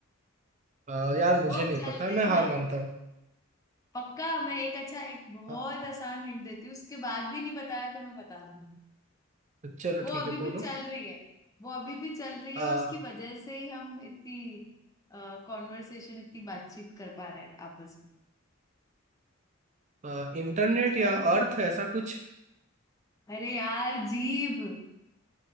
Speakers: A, on the right; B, on the left.
A: आ, यार मुझे
B: वो
A: नहीं
B: चल
A: पता
B: रहे
A: मैं
B: हैं ना
A: हार मानता हूँ
B: पक्का मैं एक अच्छा एक बहुत
A: हाँ,
B: आसान हिंट देती हूँ उसके बाद भी नहीं बताया तो मैं बता दूंगी
A: चलो
B: वो अभी
A: ठीक है
B: भी
A: बोलो
B: चल रही है वो अभी भी चल रही
A: आ,
B: है और उसकी वजह से ही हम इतनी कॉन्वर्सेशन इतनी बातचीत कर पा रहे हैं आपस में
A: आ, इंटरनेट
B: सोचो
A: या अर्थ ऐसा कुछ
B: अरे यार जीभ